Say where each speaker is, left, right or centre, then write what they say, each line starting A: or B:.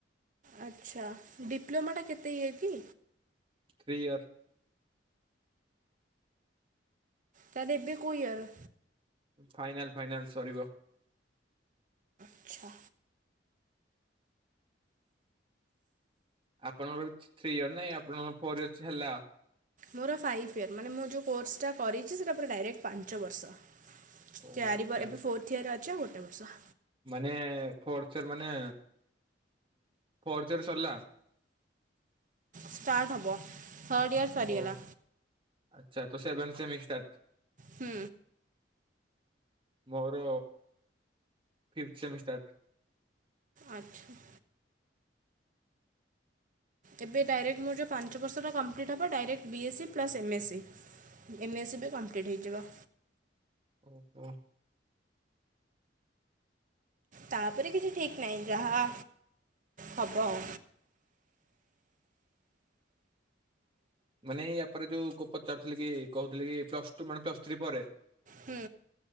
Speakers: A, on the right; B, on the right.
A: ଆଚ୍ଛା ଡିପ୍ଲୋମାଟା କେତେ ଇଏ କି?
B: Three year.
A: ତା ହେଲେ ଏବେ କଉ ଇୟର?
B: ଫାଇନାଲ ଫାଇନାଲ ସରିବ।
A: ଆଚ୍ଛା।
B: ଆପଣଙ୍କର ବି ଥ୍ରୀ ଇୟର ନାଇଁ ଆପଣଙ୍କର ଫୋର ଇୟର ଚାଲିଲା?
A: ମୋର ଫାଇଭ୍ ଇୟର୍ ମାନେ ମୁଁ ଯେଉଁ କୋର୍ସଟା କରିଛି ସେଇଟା ପୁର ଡାଇରେକ୍ଟ ପାଞ୍ଚ ବର୍ଷ।
B: ଓ
A: ଚାରିବା
B: ଆଚ୍ଛା
A: ଏବେ ଫୋର୍ଥ ଇୟର ଅଛି ଆଉ ଗୋଟେ ବର୍ଷ।
B: ମାନେ ଫୋର୍ଥ ଇୟର ମାନେ ଫୋର୍ଥ ଇୟର ସରିଲା?
A: ଷ୍ଟାର୍ଟ ହବ। ଥାର୍ଡ଼ ଇୟର୍ ସରିଗଲା
B: ଓ ଆଚ୍ଛା ତ ସେଭନ ସେମିଷ୍ଟାର୍?
A: ହୁଁ।
B: ମୋର ଫି୍ଫ୍ଥ ସେମିଷ୍ଟାର୍।
A: ଆଚ୍ଛା। ଏବେ ଡାଇରେକ୍ଟ ମୋ ଯେଉଁ ପାଞ୍ଚ ବର୍ଷଟା କମ୍ପ୍ଲିଟ୍ ହେବ direct B S C plus M S C. M S C ବି କମ୍ପ୍ଲିଟ୍ ହେଇଯିବ।
B: ଓହୋଃ।
A: ତାପରେ କିଛି ଠିକ୍ ନାହିଁ ଯାହା ହବ ଆଉ।
B: ମାନେ ଏଇ ୟାପରେ ଯୋଉ ପଚାରୁଥିଲି କି କହୁଥିଲି କି ପ୍ଲସ ଟୁ ମାନେ ପ୍ଲସ ଥ୍ରୀ ପରେ
A: ହୁଁ।